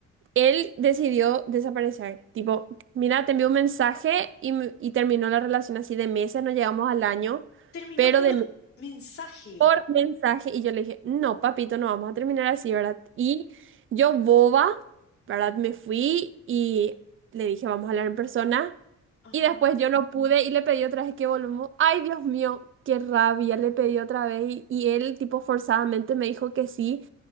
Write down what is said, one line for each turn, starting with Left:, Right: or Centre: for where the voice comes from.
Right: Él decidió desaparecer, tipo, mira, te envió un mensaje y, me- y terminó la relación así de meses, no llegamos al año,
Left: Terminó
Right: pero
Left: por
Right: de
Left: mensaje.
Right: por mensaje y yo le dije, no, papito, no vamos a terminar así, ¿verdad? Y yo boba, ¿verdad? Me fui y le dije, vamos a hablar en persona.
Left: Ajá.
Right: Y después yo no pude y le pedí otra vez que volvamos. Ay, Dios mío, qué rabia, le pedí otra vez y, y él tipo forzadamente me dijo que sí.